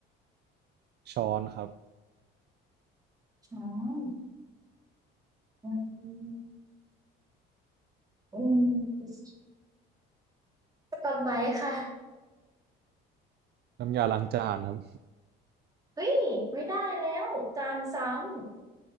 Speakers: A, on the right (about 55°); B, on the right (about 15°).
A: ช้อนครับ
B: ช้อนอืมอืมสกอตไบรท์ค่ะ
A: น้ำยาล้างจานครับ
B: เฮ้ยไม่ได้แล้วจานซ้ำ